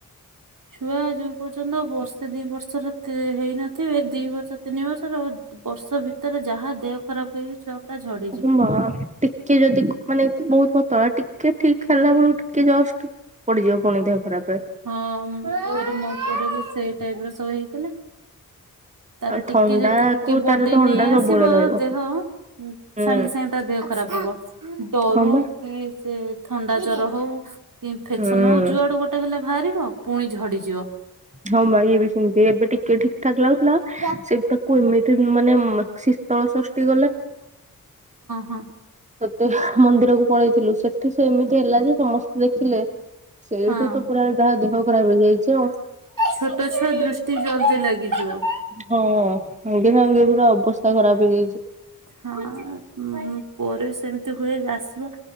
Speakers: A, on the right; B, on the right.
A: ଛୁଆ ଯୋଉ ପର୍ଯ୍ୟନ୍ତ ବର୍ଷେ ଦିଇ ବର୍ଷର ତେ ହେଇନ ଥିବେ ଦିଇ ବର୍ଷ ତିନି ବର୍ଷର ବର୍ଷ ଭିତରେ ଯାହା ଦେହ ଖରାପ ହେଇଚି ଛୁଆ ପୁରା ଝଡି
B: ସବୁ ମା ଟିକେ ଯଦି ମାନେ ବୋହୁତ ପତଳା ଟିକେ ଠିକ୍ ହେଲା ବେଳକୁ ଟିକେ ଜଷ୍ଟ ପଡିଯିବ ପୁଣି ଦେହ ଖରାପ ରେ।
A: ହଁ ପୁଅ ଟେ ବି ମୋ ପରେ ସେଇ ଟାଇପ୍ ର ସୋଇଥିଲା। ତାର
B: ଆଉ
A: ଟିକେ
B: ଥଣ୍ଡା
A: ଯଦି ଟିକେ
B: କୁ
A: ବଡି
B: ତାର ଥଣ୍ଡା
A: ନେଇ
B: ସବୁବେଳେ
A: ଆସିବ
B: ରହିବ
A: ଦେହ ହୁଁ
B: ହୁଁ
A: ସାଙ୍ଗେ ସାଙ୍ଗେ ତ ଦେହ ଖରାପ ହବ ଡରୁ
B: ହଁ ବା
A: କି ସେ ଥଣ୍ଡା ଜର ହୋଉ ଇନଫେକ୍ସନ
B: ହୁଁ
A: ହୋଉ ଯୁଆଡୁ ଗୋଟେ ହେଲେ ବାହାରିବ ପୁଣି ଝଡିଯିବ।
B: ହଁ ବା ଇଏ ବି ସେମିତି ଏବେ ଟିକେ ଠିକ ଠାକ ଲାଗୁଥିଲା
A: ହଁ
B: ସେ ତାକୁ ଏମିତି ମାନେ ଶୀତଳ ଷଷ୍ଠୀ
A: ହଁ।
B: ତତେ ମନ୍ଦିରକୁ ପଳେଇଥିଲୁ ସେଠି ସେ ଏମିତି ହେଲା ଯେ ସମସ୍ତେ ଦେଖିଲେ ସେଇଠୁ
A: ହଁ
B: ତ ପୁରା ତାହା ଦେହ ଖରାପ ହେଇଯାଇଚି ଆଉ।
A: ଛୋଟ ଛୁଆ ଦୃଷ୍ଟି ଜଲଦି ଲାଗିଯିବ।
B: ହଁ ହେ ଦିନ ବି ପୁରା ଅବସ୍ଥା ଖରାପ୍ ହେଇଯାଇଚି।
A: ହଁ ମୁଁ ପୁଅରେ ସେମିତି ହୁଏ ଆସିବା